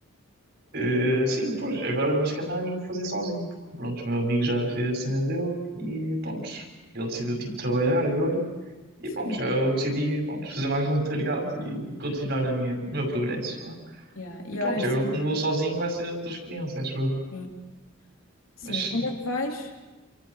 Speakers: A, on the right; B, on the left.
A: Eh, sim, pois, agora nos Canários vou fazer sozinho, porque pronto, o meu amigo já fez a cena dele e pronto, ele decidiu tipo trabalhar agora e
B: sim.
A: pronto, já eu decidi pronto, fazer mais voluntariado e continuar a minha, o meu progresso. vá.
B: yeah. E
A: E pronto,
B: honestamente,
A: agora como vou sozinho vai ser outra experiência, acho eu.
B: sim. Sim.
A: Mas sim,
B: Quando é que vais?